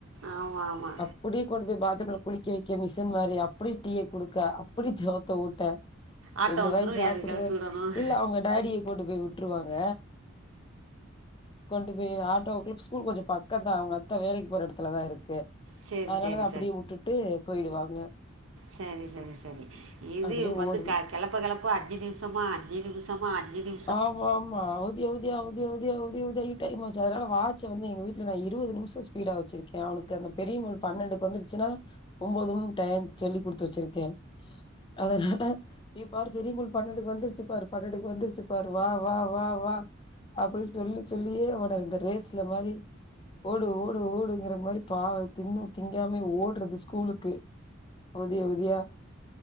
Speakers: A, on the right (about 75°); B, on the left (about 25°).
A: ஆமாமா
B: கூட்டிட் கொண்டு போய் பாத்ரூம்ல குளிக்க வைக்க மிசின் மாரி அப்டி டீ குடுக்க அப்டி சோத்த ஊட்ட
A: ஆட்டோ
B: ரெண்டு
A: வந்துடும்
B: வாயீ சாப்டுவாரு
A: எது கிளப்பி விடணும்
B: இல்ல அவுங்க டாடிய கொண்டு போயி உட்ருவாங்க கொண்டு போயி ஆட்டோகுள் ஸ்கூல் கொஞ்ச பக்கந்தா அவுங்கத்த வேலைக் போற எடத்துலதா இருக்கு
A: சரி
B: அதனால
A: சரி
B: அப்டியே உட்டுட்டு போயிடுவாங்க
A: செரி செரி செரி இது
B: அப்டியே
A: வந்து
B: ஓடுது
A: க கெளப்ப கெளப்ப அஞ்சு நி ம்சமா அஞ்சு நிமுசமா அஞ்சு நி
B: ஆமா ஆமா அவுதி அவுதியா அவுதி அவுதியா அவுதி அவுயா டைம் ஆச்சு அதனால வாட்ச வந்து எங்க வீட்ல நா இருவது நிமிஷொ ஸ்பீடா வச்சிருக் க அவனுக்கு அந்த பெரிய முள் பன்னெண்டுக்கு வந்துருச்சுன்னா ஒம்பதுன் டையம் சொல்லி் குடுத்து வச்சிருக்கே அதனால ஏ பாரு பெரியமுள் பன்னடுக்கு வந்துர்ச்சு பாரு பண்ணடுக்கு வந்துருச்சு பாரு வா வா வா வா அப்டின் சொல்லி சொல்லியே அவன இந்த ரேஸ்ல மாரி ஓடு ஓடு ஓடுங்கற மாரி பாவ தின்னு திங்காமயு ஓட்றது ஸ் கூலுக்கு அவுதி அவுதியா